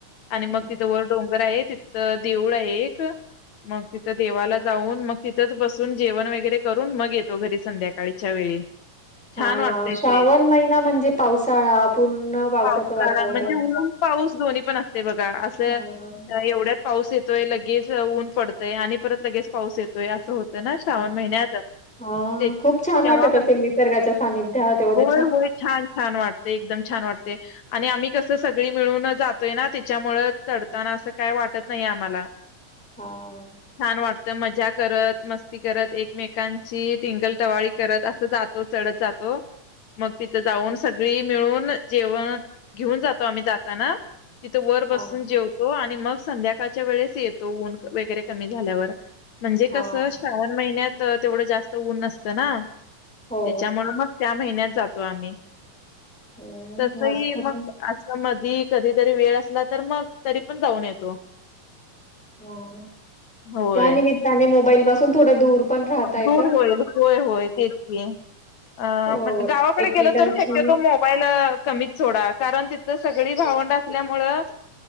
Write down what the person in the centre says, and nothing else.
हं,
हं.
हा
श्रावण
महिना म्हणजे पावसाळा पूर्ण पावसाचं
वातावरण.
हां, हां,
हां, हां.
हां,
खूप छान वाटत असेल
निसर्गाच्या सानिध्यात एवढं
हां,
हां,
हां.
हो,
हो.
हं,
मस्तच
आहे.
ह
त्यानिमित्ताने मोबाईल पासून थोड दूर पण राहता येतं.
हो,
एकमेकांशी